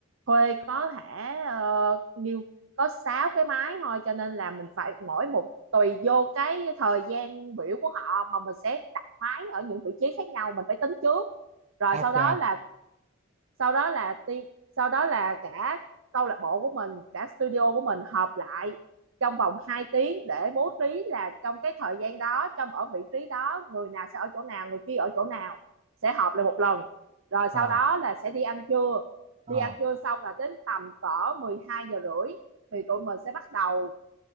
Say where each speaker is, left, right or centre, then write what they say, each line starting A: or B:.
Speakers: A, on the right (about 70°); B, on the right (about 35°).
A: thuê có hả ờ, nhiêu có sáu cái máy thôi cho nên là mình phải mỗi một tùy vô cái thời gian biểu của họ mà mình sẽ đặt máy ở những vị trí khác nhau mình phải tính trước rồi
B: ok
A: sau đó là sau đó là team sau đó là cả câu lạc bộ của mình cả studio của mình họp lại trong vòng 2 tiếng để bố trí là trong cái thời gian đó trong ở vị trí đó người nào sẽ ở chỗ nào người kia ở chỗ nào sẽ họp lại một lần rồi
B: ờ
A: sau đó là sẽ đi ăn trưa
B: ờ
A: đi ăn trưa xong là đến tầm cỡ 12 giờ rưỡi thì tụi mình sẽ bắt đầu